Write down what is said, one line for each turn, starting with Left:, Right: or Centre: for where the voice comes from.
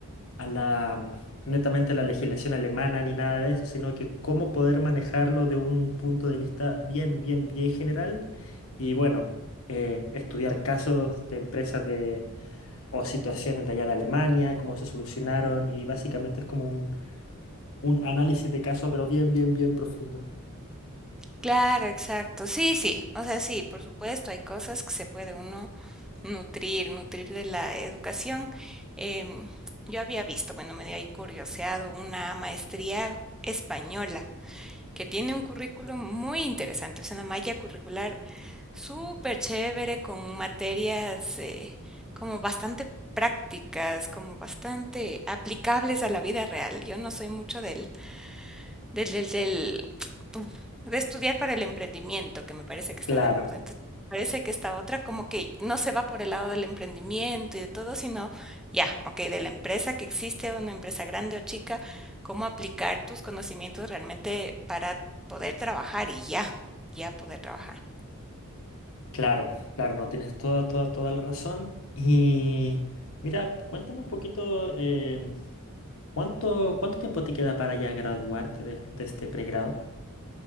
Left: a la, mm, netamente a la legislación alemana ni nada de eso, sino que cómo poder manejarlo de un punto de vista bien, bien, bien general. Y bueno, eh, estudiar casos de empresas de, o situaciones de allá de Alemania, cómo se solucionaron, y básicamente es como un, un análisis de caso, pero bien, bien, bien profundo.
Centre: Claro, exacto. Sí, sí. O sea, sí, por supuesto, hay cosas que se puede uno nutrir, nutrir de la educación. Em, yo había visto, bueno, me dio ahí curioseado una maestría española que tiene un currículum muy interesante, es una malla curricular Súper chévere, con materias eh, como bastante prácticas, como bastante aplicables a la vida real. Yo no soy mucho del, del, del, del, uf, de estudiar para el emprendimiento, que me parece que está
Left: Claro.
Centre: de moda. Entonces, parece que esta otra como que no se va por el lado del emprendimiento y de todo, sino ya, ok, de la empresa que existe, una empresa grande o chica, cómo aplicar tus conocimientos realmente para poder trabajar y ya, ya poder trabajar.
Left: Claro, claro, no tienes toda, toda, toda la razón. Y mira, cuéntame un poquito, em, ¿cuánto, cuánto tiempo te queda para ya graduarte de, de este pregrado?